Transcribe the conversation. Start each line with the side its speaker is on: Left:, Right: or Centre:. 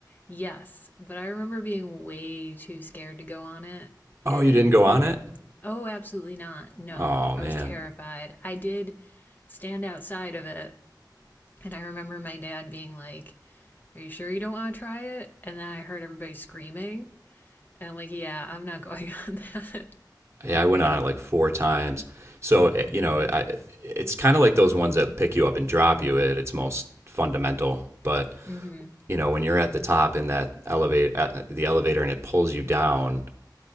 Left: yes, but I remember being way too scared to go on it.
Right: Oh,
Left: And
Right: you didn't go on it?
Left: oh, absolutely not. No,
Right: Oh man.
Left: I was terrified. I did stand outside of it, and I remember my dad being like, Are you sure you don't want to try it? And then I heard everybody screaming. And I'm like, Yeah, I'm not <laughs> going on that.
Right: Yeah, I went on it like four times. So, eh, you know, I, it's kind of like those ones that pick you up and drop you at its most fundamental, but
Left: <laughs> hmm.
Right: you know, when you're at the top in that elevator, the elevator and it pulls you down,